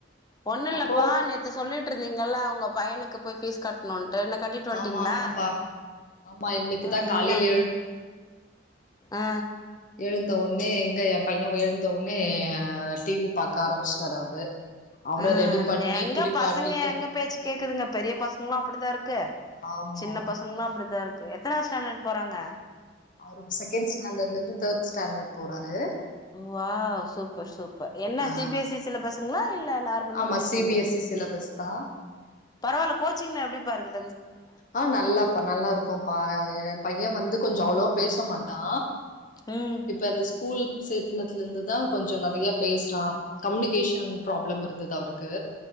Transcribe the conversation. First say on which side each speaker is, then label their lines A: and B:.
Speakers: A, on the left; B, on the left.
A: ஒன்னுல்லப்பா
B: அப்றோ
A: நேத்து சொல்லிட்ருந் தீங்கள ஒங்க பையனுக்கு போய் ஃபீஸ் கட்ணுன் என்ன கட்டீட் வன்டீங்ளா
B: ஆமா ஆமாப்பா ஆமா இன்னைக்குதா
A: ம்
B: காலையில
A: இல்ல ஆ
B: எழுந்தவொன்னே எங்க எ பைய எழுந்தவொன்னே ஆ டி வி பாக்க ஆரம்மிச்ட்டாரு அவரு அவர
A: ஆ
B: ரெடி பண்ணி
A: எங்க
B: குளிப்பாட்டிட்டு
A: பசங்க எங்க பேச்சு கேக்குதுங்க பெரிய பசங்களு அப்டிதா இருக்கு
B: ஆமா
A: சின்ன பசங்களு அப்டிதா இருக்கு எத்தனாது ஸ்டாண்டர்ட் போறாங்க
B: அவரு இப்ப செகெண்ட் ஸ்டாண்டர்ட்ல இருந்து தேர்ட் ஸ்டாண்டர்ட் போறாரு
A: வாவ் சூப்பர் சூப்பர் என்ன
B: ஆ
A: சி பி எஸ் இ சிலபசுங்ளா இல்ல நார்மல்
B: ஆமா
A: மெட்ரி்க்குங்ளா
B: சிபிஎஸ்இ சிலபஸ் தா
A: பரவால்ல கோச்சிங்லா எப்டிப்பா இருக்கு
B: ஆ நல்லாப்பா நல்லா இருக்கும்ப்பா எ பைய வந்து கொஞ்சொ அவ்ளோவா பேச மாட்டா
A: ம்
B: இப்ப இந்த ஸ்கூல் சேத்தனத்துலருந்துதா கொஞ்சொ நெறையா பேசுறா கம்னிகேஷன் ப்ராப்ளம் இருந்தது அவருக்கு